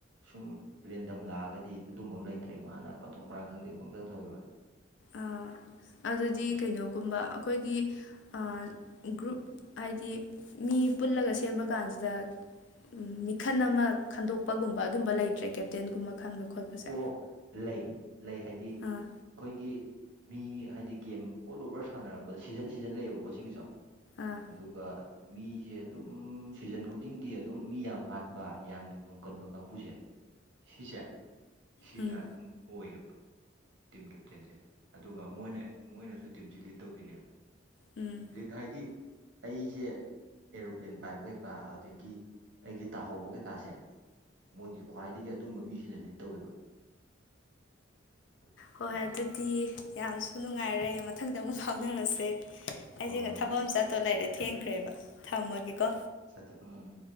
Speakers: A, on the right; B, on the left.
A: ꯁꯨꯝ ꯔꯦꯟꯗꯝ ꯂꯥꯛꯑꯒꯗꯤ ꯑꯗꯨꯝꯕ ꯑꯃ ꯂꯩꯇ꯭ꯔꯦ ꯃꯥꯅ ꯃꯊꯣꯡ ꯃꯔꯥꯡ ꯈꯪꯗꯒꯩ ꯄꯪꯇꯧ ꯇꯧꯋꯦꯕ
B: ꯑꯥꯑ ꯑꯗꯨꯗꯤ
A: ꯑꯗꯨ
B: ꯀꯩꯅꯣꯒꯨꯝꯕ ꯑꯩꯈꯣꯏꯒꯤ ꯑꯥ ꯒ꯭ꯔꯨꯞ ꯍꯥꯏꯗꯤ ꯃꯤ ꯄꯨꯜꯂꯒ ꯁꯦꯝꯕ ꯀꯥꯟꯖꯤꯗ ꯎꯝ ꯃꯤꯈꯟ ꯑꯃ ꯈꯟꯗꯣꯛꯄꯒꯨꯝꯕ ꯑꯗꯨꯝꯕ ꯂꯩꯇ꯭ꯔꯦ ꯀꯦꯞꯇꯦꯟꯒꯨꯝꯕ ꯈꯟꯕ ꯈꯣꯠꯄꯁꯦ
A: ꯑꯣ ꯂꯩ ꯂꯩ ꯍꯥꯏꯗꯤ ꯑꯩꯈꯣꯏꯒꯤ
B: ꯑꯥ
A: ꯃꯤꯒꯤ ꯍꯥꯏꯗꯤ ꯒꯦꯝ ꯑꯣꯜ ꯑꯣꯚꯔ ꯁꯥꯟꯅꯔꯛꯄꯗ ꯁꯤꯖꯟ ꯁꯤꯖꯟ ꯂꯩꯌꯦꯕꯀꯣ ꯁꯤꯒꯤꯖꯨ
B: ꯑꯥ
A: ꯑꯗꯨꯒ ꯃꯤꯖꯦ ꯑꯗꯨꯝ꯬꯬ ꯁꯤꯖꯟ ꯈꯨꯗꯤꯡꯒꯤ ꯑꯗꯨꯝ ꯃꯤ ꯌꯥꯝ ꯍꯥꯠꯄ ꯌꯥꯝꯅ ꯉꯝꯒꯟꯕ ꯀꯥꯡꯕꯨꯖꯦ ꯁꯤꯖꯦ ꯁꯤꯅ
B: ꯎꯝ
A: ꯑꯗꯨꯝ ꯑꯣꯏꯑꯦꯕ ꯇꯤꯝ ꯀꯦꯞꯇꯦꯟꯖꯦ ꯑꯗꯨꯒ ꯃꯣꯏꯅ ꯃꯣꯏꯅꯖꯨ ꯇꯤꯝꯖꯤ ꯂꯤꯠ ꯇꯧꯗꯣꯏꯅꯦꯕ
B: ꯎꯪ
A: ꯂꯤꯠ ꯍꯥꯏꯗꯤ ꯑꯩꯖꯦ ꯑꯦꯔꯣꯄ꯭ꯂꯦꯟ ꯄꯥꯏꯕ ꯀꯩꯀꯥ ꯑꯗꯨꯗꯒꯤ ꯑꯩꯒꯤ ꯇꯥꯍꯧꯕ ꯀꯩꯀꯥꯁꯦ ꯃꯣꯏꯒꯤ ꯈ꯭ꯋꯥꯏꯗꯒꯤ ꯑꯗꯨꯝꯕ ꯃꯤꯖꯤꯅ ꯂꯤꯠ ꯇꯧꯋꯦꯕ ꯑꯗꯨꯅꯤ
B: ꯍꯣꯏ
A: ꯑꯗꯨꯃꯥꯏꯅ
B: ꯑꯗꯨꯗꯤ
A: ꯂꯩ
B: ꯌꯥꯝꯁꯨ ꯅꯨꯡꯉꯥꯏꯔꯦ ꯃꯊꯪꯗ ꯑꯃꯨꯛ ꯐꯥꯎꯅꯔꯁꯦ ꯑꯩꯖꯤꯅ
A: ꯍꯣꯏ ꯍꯣꯏ
B: ꯊꯕꯛ
A: ꯍꯣꯏ
B: ꯑꯃ ꯆꯠꯇꯣ ꯂꯩꯔꯦ ꯊꯦꯡꯈ꯭ꯔꯦꯕ ꯊꯝꯃꯒꯦꯀꯣ
A: ꯆꯠꯇꯦ ꯑꯥꯑꯪ